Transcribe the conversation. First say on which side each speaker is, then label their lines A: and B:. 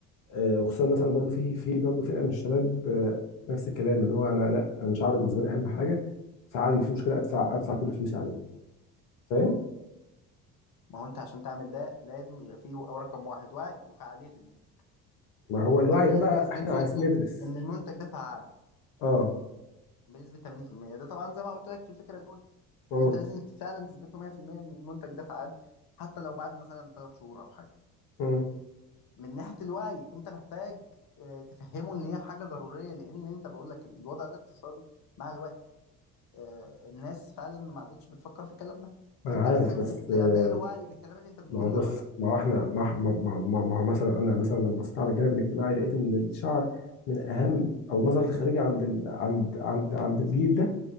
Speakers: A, on the left (about 65°); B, on the left (about 45°).
A: آه، وخصوصا مثلا برضو في في برضو فئه من الشباب آه، نفس الكلام اللي هو انا لا انا شعري بالنسبه لي اهم حاجه فعادي مفيش مشكله ادفع ادفع كل فلوسي عليه فاهم
B: ما هو انت عشان تعمل ده لازم يبقى فيه رقم واحد وعي وفعالية المنتج
A: ما هو الوعي
B: انت
A: ده
B: لازم
A: بقى
B: تثبت
A: احنا
B: له
A: عايزين ندرس
B: ان المنتج ده فعال
A: اه
B: بنسبه 80% ده طبعا زي ما قلت لك في الفكره الاولى
A: امم
B: ان انت لازم فعلا تثبته 100% ان المنتج ده فعال حتى لو بعد مثلا 3 شهور او حاجه
A: امم
B: من ناحيه الوعي انت محتاج آه، تفهمه ان هي حاجه ضروريه لان انت بقول لك الوضع الاقتصادي مع الوقت آه، الناس فعلا ما عادتش بتفكر في الكلام ده فانت
A: انا عارف
B: لازم ت-
A: بس آه،
B: تعمل له وعي بالكلام اللي انت بتقوله
A: ما هو بص
B: ده بقى
A: ما هو احنا ما ما ما ما- ما هو مثلا انا مثلا لما بصيت على الجانب الاجتماعي لقيت ان الشعر من اهم او النظره الخارجيه عند ال... عند عند عند الجيل ده